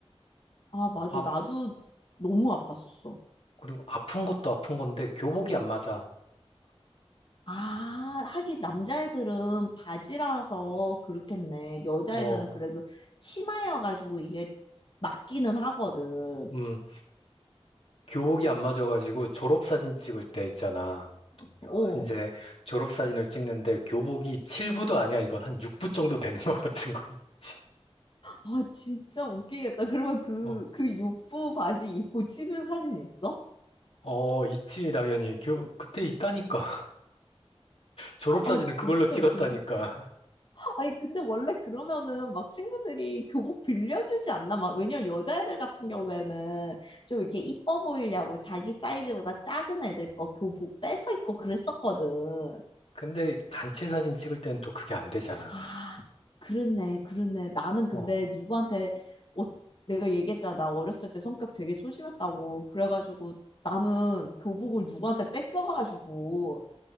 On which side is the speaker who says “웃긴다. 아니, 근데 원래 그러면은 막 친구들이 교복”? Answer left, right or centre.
Left